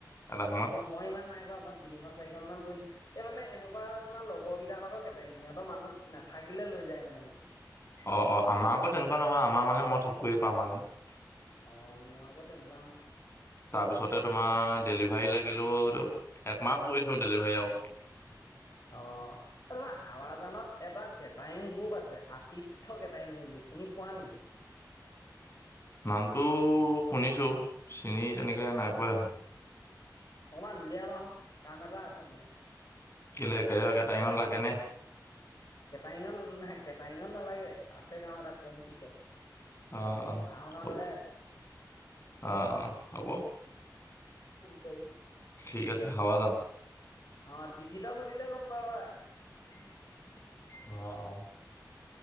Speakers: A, on the left; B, on the left.
A: এটা সময়ত
B: অ', মই ইমান নাই কৰা। মই তিনিখন চাৰিখন মান কৰিছো, এই মানে এনেকুৱা তোমাৰ লগৰ কেইটকাৰ লগত <unintelligible> সিহঁতৰ মানুহ নাথাকিলে লৈ যায় মানে মোক।
A: অ' অ' আমাৰ আকৌ তেনেকুৱা নহয়, আমাৰ মানে মই থাকোৱৱেই পাৰমান্টে।
B: অ' মোৰ আকৌ তেনেকুৱা নহয়।
A: তাৰপিছতে তোমাৰ ডেলিভাৰী লাগিলো, একমাহ কৰিছো ডেলিভাৰী আৰু।
B: অ', তোমাৰ হাৱাজানত এটা কেটাইং গ্ৰুপ আছে, আতিথ্য কেটাইিং বুলি, চিনি পোৱা নেকি?
A: নামটোও শুনিছো, চিনি তেনেকে নাই পোৱা দেখোন।
B: অকমান উলিয়াবা হোও, কাম এটা আছে মোৰ।
A: কেলে, <unintelligible> কেটাইঙত লাগে নে?
B: কেটাইঙত নাই, কেটাইঙত নালাগে, আছে কাম এটা কম পিছত।
A: অ অ
B: ডাঙৰ কাম
A: হ'ব,
B: এটাই আছে
A: অ অ হ'ব।
B: চাৰি।
A: ঠিক আছে, হাৱাজান।
B: অ', দিজিতক সুধিলে গম <unintelligible>
A: অ অ।